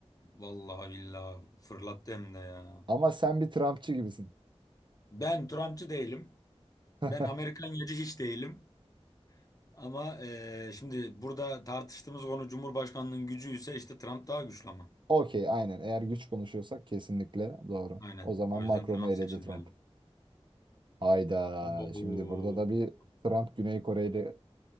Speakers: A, on the left (about 35°); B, on the right (about 45°).
A: Vallahi billahi fırlattı hem de ya.
B: Ama sen bir Trumpçı gibisin.
A: Ben Trumpçı değilim.
B: <laughs>
A: Ben Amerikan yacı hiç değilim. Ama eee, şimdi burada tartıştığımız konu Cumhurbaşkanlığının gücü ise işte Trump daha güçlü ama.
B: Okey aynen. Eğer güç konuşuyorsak kesinlikle doğru.
A: Aynen.
B: O zaman
A: O
B: Macron'u
A: yüzden Trump
B: eledi
A: seçilmeli.
B: Trump. Hayda.
A: Oo,
B: Şimdi burada da bir Trump Güney Kore ile